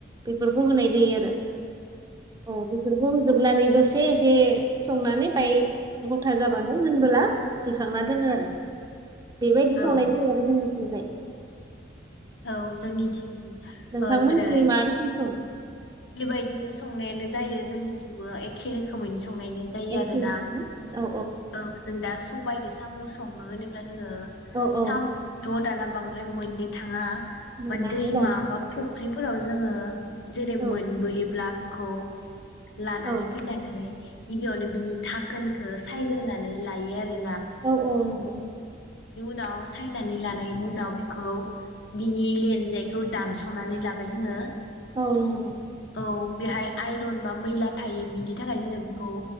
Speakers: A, on the right; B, on the left.
A: बेफोरखौ होनाय जायो आरो अ बेफोरखौ होजोबनानै दसे एसे एसे संनानै बाय गथा जाबानो मोनबोला खांना दोनो आरो बेबायदि संनाय
B: औ
A: जायो आरो जोंनिथिंजाय
B: औ जोंनिथिं
A: नोंथांमोननिथिं
B: ओ जेरै
A: मा रोखोम सङो
B: बेबायदिनो संनायानो जायो जोंनि जोंबो एखे रोखोमैनो संनायनि जायो
A: एखेयैनो
B: आरोना
A: ना? औ
B: औ जों दा स सबायदो साम' सङो होनोब्ला जोङो
A: औ औ
B: सामथ' दाना बांद्राय बे मोननो थाङा
A: मोनानो
B: बद दैमाबा
A: दाना
B: फु फुख्रिफोराव जोङो जेरै
A: औ
B: मोनबोयोब्ला गु लानानै
A: औ
B: फैनानै गिबियावनो बिनि थाखोनखौ सायग्रोनानै लायो आरो।
A: औ औ नंगौ।
B: उनाव सायनानै लानायनि उनाव बिखौ बिनि लेनजायखौ दानस'नानै लाबाय जोङो।
A: औ नंगौ
B: औ बेहाय आइरन बा मैला थायो बिनि थाखाय जोङो बेखौ